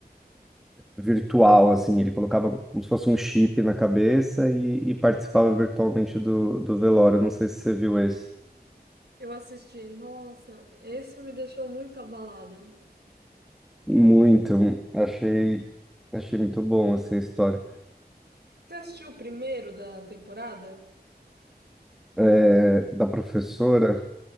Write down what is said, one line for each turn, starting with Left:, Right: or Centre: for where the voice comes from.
Centre: virtual, assim, ele colocava como se fosse um chip na cabeça e, e participava virtualmente do, do velório. Não sei se você viu esse.
Right: Eu assisti, nossa, esse me deixou muito abalada.
Centre: Muito, achei, achei muito bom, assim, a história.
Right: Você assistiu o primeiro da temporada?
Centre: É, da professora.